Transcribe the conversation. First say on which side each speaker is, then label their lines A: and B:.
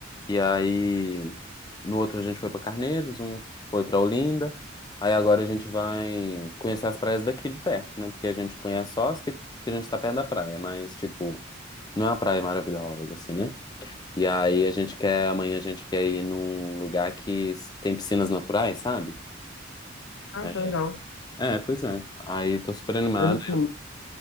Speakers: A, on the left; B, on the left.
A: E aí, no outro a gente foi pra Carneiros, um foi pra Olinda. Aí agora a gente vai conhecer as praias daqui de perto, né? Porque a gente conhece só as que, que a gente tá perto da praia, mas, tipo, não é uma praia maravilhosa, assim, né? E aí a gente quer, amanhã a gente quer ir num lugar que tem piscinas naturais, sabe?
B: Ah,
A: <clears throat>
B: tá legal.
A: É, pois é. Aí tô super animado.
B: Mas assim,